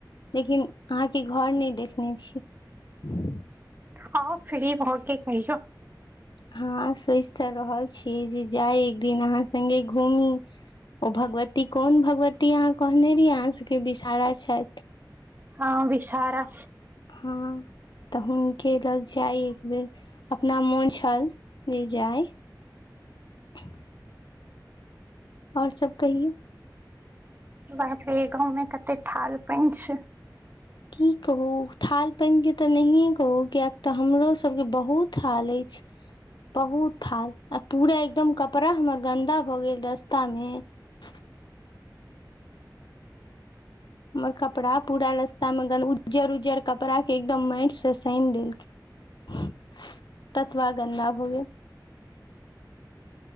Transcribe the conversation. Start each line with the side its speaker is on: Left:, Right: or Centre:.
Left: लेकिन अहाँके घर नहि देखने छी ह
Right: हँ फ्री भके कहै छ
Left: हँ सोचि तऽ रहल छीयै जे जाइ एक दिन अहाँ सङ्गे घूमी ओ भगवती कोन भगवती अहाँ कहने रहियै अहाँ सभके विषहारा छथि
Right: हँ विषारा
Left: हँ तऽ हुनके लग जाय एक बेर अपना मोन छल जे जाय ह आओर सब कहियौ
Right: बाप रे गाँवमे कते थाल पान छै
Left: की कहू थाल पानिके तऽ नहिए कहू कियाक तऽ हमरो सबके बहुत हाल अछि बहुत थाल आ पूरा एकदम कपड़ा हमर गन्दा भऽ गेल रस्ता मे ह हमर कपड़ा पूरा रस्तामे जर उजर कपड़ाके एकदम माटिसँ सानि देलखिन ततवा गन्दा हो गेल